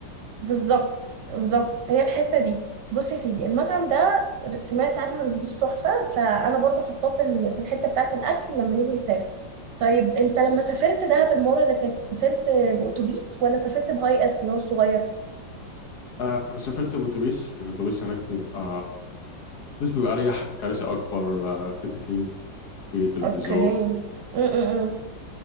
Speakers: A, on the right; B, on the left.
A: بالظبط بالظبط هي الحته دي بص يا سيدي المطعم ده سمعت عنه ريفيوز تحفه فانا برضو حطاه في ال- في الحته بتاعه الاكل لما نيجي نسافر طيب انت لما سافرت دهب المره اللي فاتت سافرت باوتوبيس ولا سافرت بهاي اس اللي هو الصغير
B: آه، سافرت بأتوبيس لأن الأتوبيس هناك بيبقى الأتوبيس بيبقى أريح كراسي أكبر آه، في تكييف في تلفزيون
A: اوكي م -م -م.